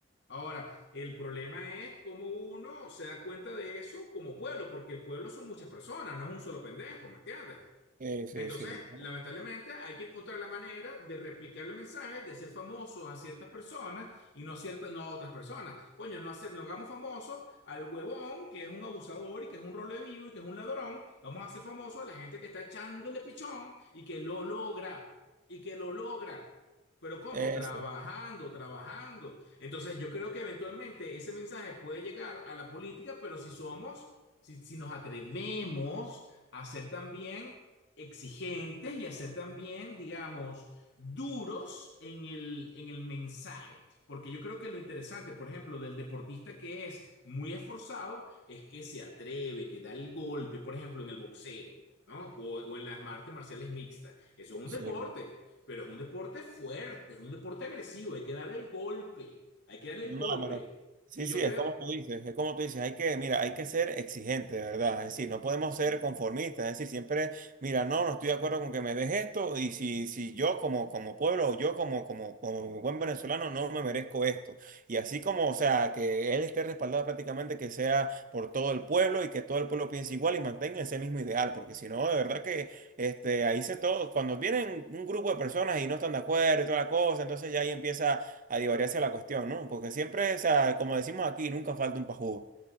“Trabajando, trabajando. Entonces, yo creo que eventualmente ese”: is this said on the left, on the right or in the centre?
Left